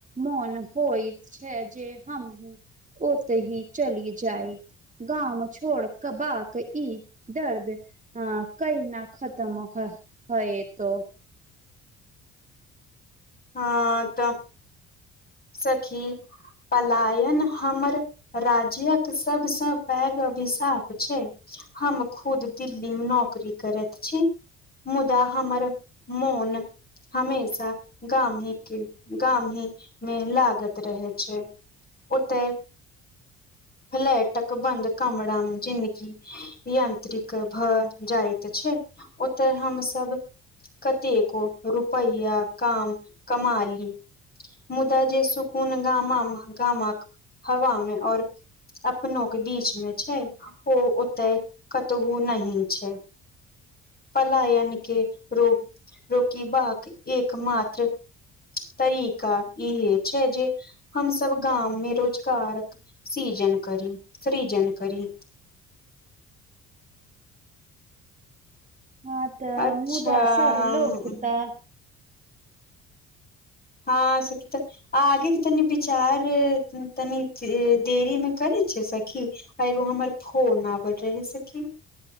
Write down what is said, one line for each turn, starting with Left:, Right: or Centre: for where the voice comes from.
Right: मोन होइत छै जे हम ओत ही चली जाइ गाम छोड़ कऽ बाक ई दर्द अ कई न खत्म होइ तो
Left: हँ तऽ सखी पलायन हमर राज्यक सबसँ पैघ अभिशाप छै हम खुद दिल्ली मे नौकरी करैत छी मुदा हमर मौन हमेशा गाम ही गाम ही मेल लागत रहै छै ओते फलैटक बन्द कामरा मे जिन्गी यंत्रिक भऽ जाइत छै ओतय हमसभ कते को रुपैया काम कमाली मुदा जे सुकून गामा मऽ गामक हवामे अइ अपनो के बीच मे छै ओ ओते कतहु नहि छै पलायन के रोग रोकी बाक एक मात्र तरीका इहे छै जे हमस गाममे रोजगार सिजन करी सृजन करी
Right: हँ तऽ
Left: अच्छा
Right: मुदा सब लोक तऽ
Left: हँ सक त आ आगेके तनि विचार तनि देरी मे करै छिय सखी आ एगो हमर फोन आवे रहे सखी